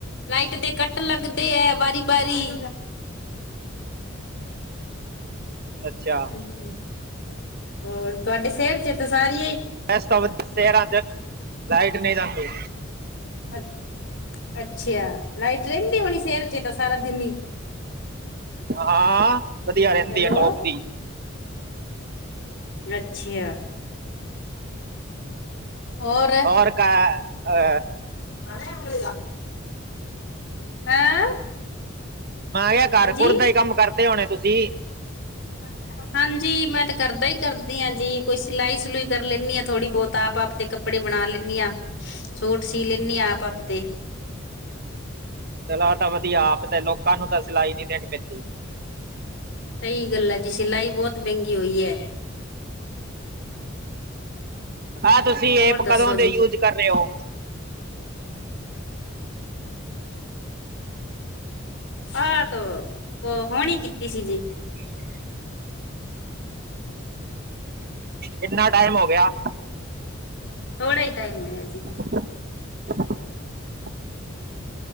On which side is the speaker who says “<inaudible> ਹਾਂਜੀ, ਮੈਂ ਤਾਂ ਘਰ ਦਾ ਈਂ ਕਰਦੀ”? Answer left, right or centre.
Left